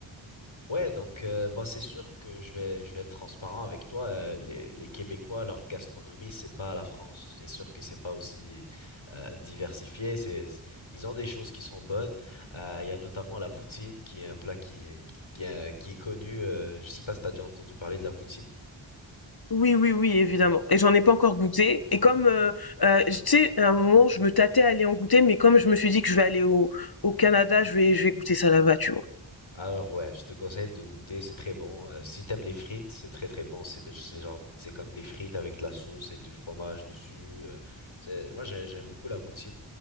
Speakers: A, on the left; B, on the left.
A: Ouais, donc euh, bah c'est sûr que je vais je vais être transparent avec toi. euh, les, les Québécois, leur gastronomie, c'est pas la France. C'est sûr que c'est pas aussi euh, diversifié. C'est ils ont des choses qui sont bonnes. Euh, Il y a notamment la poutine, qui est un plat qui est- qui qui est, qui est connu. euh, je sais pas si t'as déjà entendu parler de la poutine.
B: Oui, oui, oui, évidemment. Et j'en ai pas encore goûté. Et comme, heu heu, tu sais, à un moment, je me tâtais à aller en goûter, mais comme je me suis dit que je vais aller au au Canada, je vais je vais goûter ça là-bas, tu vois?
A: Alors ouais, je te conseille de goûter, c'est très bon. Euh, si t'aimes les frites, c'est très très bon. C'est de- c'est genre, c'est comme des frites avec de la sauce et du fromage dessus. euh, c'est- moi j'ai- j'aime beaucoup la poutine.